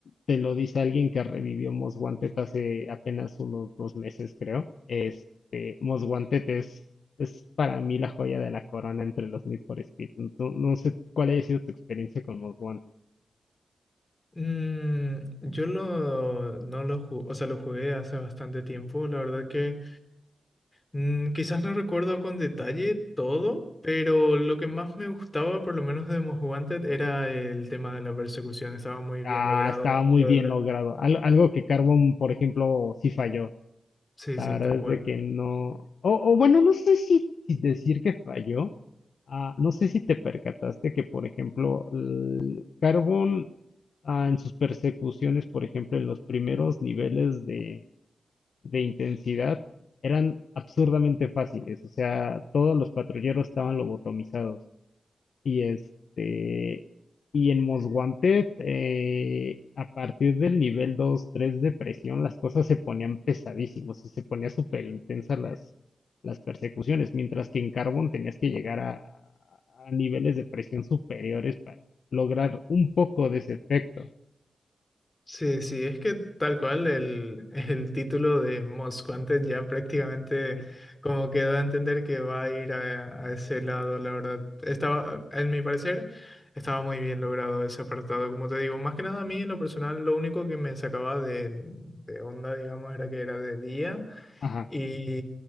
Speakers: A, on the left; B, on the left.
A: te lo dice alguien que revivió Most Wanted hace apenas unos dos meses, creo. Este, Most Wanted es, es para mí la joya de la corona entre los Need for Speed. No, no sé cuál haya sido tu experiencia con Most Wanted.
B: Mm, yo lo, no lo ju- o sea, lo jugué hace bastante tiempo. La verdad que mm, quizás no recuerdo con detalle todo, pero lo que más me gustaba, por lo menos de Most Wanted, era el tema de la persecución. Estaba muy
A: Ah,
B: bien logrado.
A: estaba muy
B: Lo
A: bien
B: de la...
A: logrado. Al- algo que Carbon, por ejemplo, sí falló.
B: Sí,
A: La
B: sí,
A: verdad
B: tal cual.
A: es de que no. O, o bueno, no sé si, si decir que falló. Ah, no sé si te percataste que, por ejemplo, el Carbon, ah, en sus persecuciones, por ejemplo, en los primeros niveles de, de intensidad, eran absurdamente fáciles. O sea, todos los patrulleros estaban lobotomizados. Y este, y en Most Wanted, eh, a partir del nivel 2 3 de presión, las cosas se ponían pesadísimas y se ponía súper intensas las, las persecuciones, mientras que en Carbon tenías que llegar a, a niveles de presión superiores para lograr un poco de ese efecto.
B: Sí, sí, es que tal cual el, el título de Most Wanted ya prácticamente
A: Ese-
B: como que da a entender que va a ir a, a ese lado, la verdad. Estaba, en mi parecer, estaba muy bien logrado ese apartado. Como te digo, más que nada a mí en lo personal, lo único que me sacaba de, de onda, digamos, era que era de día
A: Ajá,
B: y,